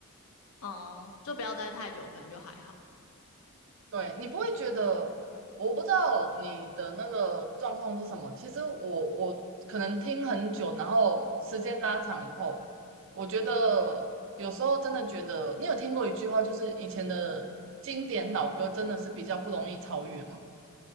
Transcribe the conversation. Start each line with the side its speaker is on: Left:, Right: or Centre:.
Left: 哦，就不要待太久，可能就还好。
Right: 对，你不会觉得，我不知道你的那个状况是什么。其实我我可能听很久，然后时间拉长以后，我觉得有时候真的觉得，你有听过一句话，就是以前的经典老歌真的是比较不容易超越吗？